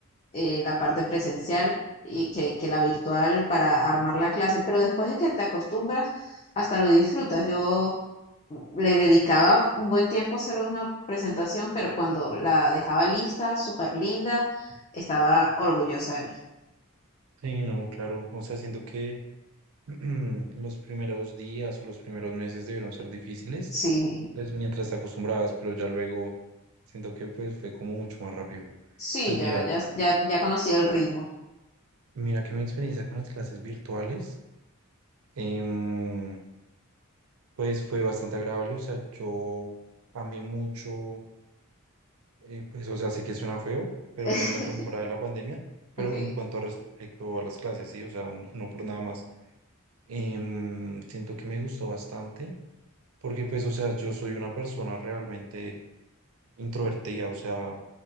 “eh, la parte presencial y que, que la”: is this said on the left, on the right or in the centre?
Left